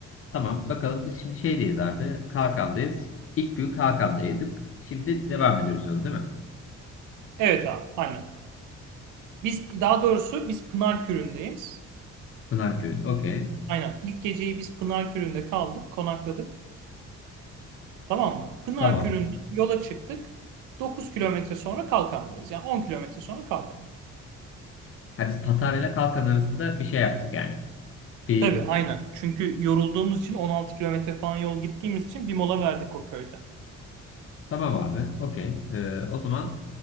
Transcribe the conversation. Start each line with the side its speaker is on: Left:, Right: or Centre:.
Left: Tamam bakalım biz şimdi şeydeyiz abi. Kalkan'dayız. İlk gün Kalkan'daydık. Şimdi devam ediyoruz sonra değil mi?
Right: Evet abi, aynen. Biz daha doğrusu biz Pınarkürü'ndeyiz.
Left: Pınarköy'ün. Okey.
Right: Aynen. İlk geceyi biz Pınarkürü'nde kaldık, konakladık. Tamam mı? Pınarkürü'nden
Left: Tamam.
Right: yola çıktık. 9 kilometre sonra Kalkan'dayız. Yani 10 kilometre sonra Kalkan'dayız.
Left: Ha, biz Patara ile Kalkan arasında bir şey yaptık yani. Bir
Right: Tabii aynen. Çünkü yorulduğumuz için 16 kilometre falan yol gittiğimiz için bir mola verdik o köyde.
Left: tamam abi. Okey. Ee, o zaman